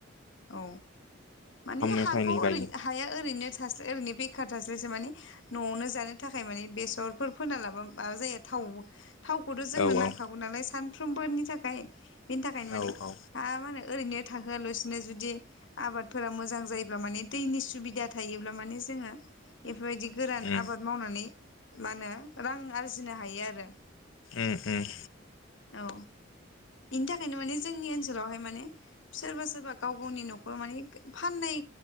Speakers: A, on the left; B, on the left.
A: औ माने
B: एफा
A: हाखौ
B: एनै
A: ओरै
B: गायो
A: हाया ओरैनो थास्लाय ओरैनो बेखार थास्लायस्लाय माने न'वावनो जानो थाखाय माने बेसरफोर फोना लाबा माबा जायो थाव। थावखौथ' जोंनो
B: औ
A: नांखागौ नालाय सान फ्रोमबोनि थाखाय। बेनि थाखायनो माने
B: औ औ
A: हा मा होनो ओरैनो थाहोआ लसि नो जुदि आबादफोरा मोजां जायोब्ला माने दैनि सुबिदा थायोब्ला माने जोङो एफ फोरबायदि गोरान
B: उम
A: आबाद मावनानै मा होनो रां आरजिनो हायो आरो।
B: उम-उम।
A: औ। बेनि थाखायनो माने जोंनि ओनसोलावहाय माने सोरबा-सोरबा गाव गावनि न'खराव माने फाननाय